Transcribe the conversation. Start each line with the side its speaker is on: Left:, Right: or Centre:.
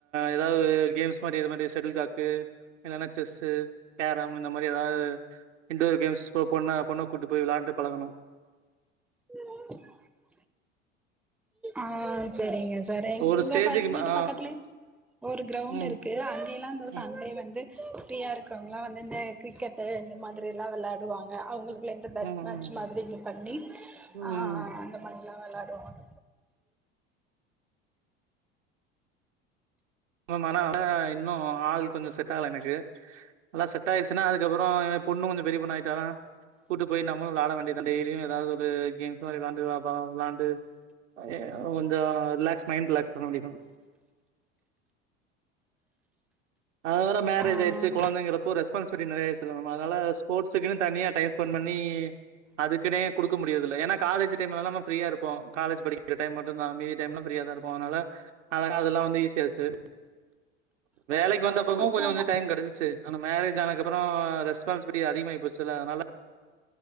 Right: ஏதாவது கேம்ஸ் மாறி இது மாரி செஷடல் காக்கு ன்ல்ல செஸ்ஸு கேரம் இந்த மாறி எதாவது இன்டோர் கேம்ஸ் போ போன்னா பொண்ண பொண்ணா கூட்டு போய் விளான்டு பழகணும்
Centre: <unintelligible> ஆ சரிங்க சார் எங்
Right: ஒரு
Centre: இங்க
Right: ஸ்டேஜுக்கு
Centre: பட் வீட்டு
Right: மே ஆ
Centre: பக்கத்துலயே க கலே ஒரு கிரவுண்ட்
Right: ம்
Centre: ருக்கு அங்கேயல்லாம் சோ சண்டுஇந்த
Right: ம்
Centre: சண்டே வந்து ஃப்ரீயா இருக்கிறவங்கலா வந்து இந்த கிரிக்கெட்டு இந்த மாதிரிலா விளாடுவாங்க அவங்களுக் ரெண்டு பெட்
Right: ம் ம்
Centre: மேட்ச் மாதிரி பண்ணி
Right: ம்
Centre: அ
Right: ம்.
Centre: அந்த மாறில்லா விளாடுவாங்க
Right: <unintelligible> இன்னும் ஆள் கொஞ்சோ செட் ஆகல எனக்கு நல்லா செட் ஆயிடுச்சுனா அதுக்கப்புறோ பொண்ணு கொஞ்சோ பெரிய பொண்ணு ஆயிட்டான்னா கூட்டு போயி நம்மளும் விளாட வேண்டியதா டெய்லியு ஏதாவது ஒரு கேம்ஸ் மாறி விளாண்டுப்பா பாவம் விளாண்டு பைய கொஞ்சோ ரிலாக்ஸ் மைண்ட் ரிலாக்ஸ் பண்ண வேண்டியதா அது வேற மேரேஜ்
Centre: ஆ
Right: ஆயிடுச்சு குழந்தைங்கறப்போ ரெஸ்பான்சிபிலிட்டி நெறய ஆயிச்சு சரி மேம் அதனால ஸ்போர்ட்ஸ்க்குன்னு தனியா டைம் ஸ்பெண்ட் பண்ணி அதுக்குன்னே குடுக்க முடியறதுல்ல ஏன்னா காலேஜ் டைம்ல நம்ம ஃப்ரீயா இருப்போ காலேஜ் படிக்கிறடைம் மட்டும்தா மீதி டைம்ல ஃப்ரீயா தா இரு ப்போ அதனால அழகா அதெல்லா வந்து ஈஸி ஆச்சு வேலைக்கு வந்தப்பமு
Centre: இப்போ
Right: கொஞ்சோ
Centre: என்ன
Right: கொஞ்சோ டைம் கிடைச்சிச்சு ஆனா மேரேஜ் ஆனது கப்பறோ ரெஸ்பான்ஸ்பிலிட்டி அதிகமாயி போச்சுல்ல அதனால